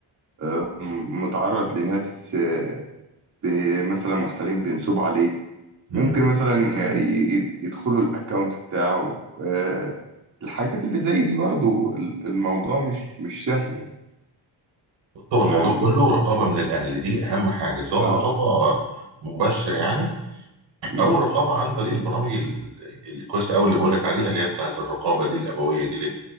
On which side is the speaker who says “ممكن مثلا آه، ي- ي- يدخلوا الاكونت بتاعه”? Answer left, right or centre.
Right